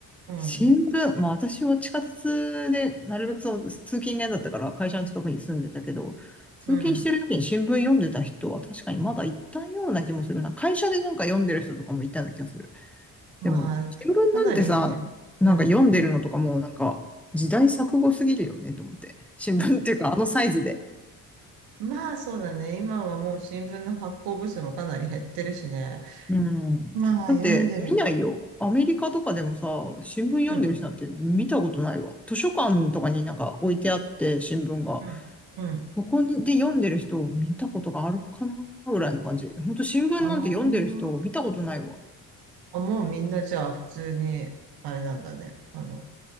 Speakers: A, on the right; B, in the centre.
A: うん。
B: 新聞、まあ私は地下鉄で、なるべくその通勤が嫌だったから会社の近くに住んでたけど、通勤してる時に新聞読んでた人は確かにまだいたような気もするな。
A: うん。
B: 会社でなんか読んでる人とかもいたような気がする。
A: まあ、
B: でも、新聞なんてさ、
A: かなりね。
B: なんか読んでるのとかもうなんか時代錯誤すぎるよねと思って。
A: うん。
B: 新聞っていうかあのサイズで。
A: まあそうだね。今はもう新聞の発行部数もかなり減ってるしね。
B: うん。
A: まあ読んでる。
B: だって、見ないよ。アメリカとかでもさ、新聞読んでる人なんて見たことないわ。
A: うん、
B: 図書館とかになんか置いてあって、新聞が。
A: うん、うん。
B: そこにで読んでる人を見たことがあるかなぐらいの感じ。ほんと新聞なんて読んでる人を見たことないわ。
A: ああ。あ、もうみんなじゃあ普通に、あれなんだね。あの、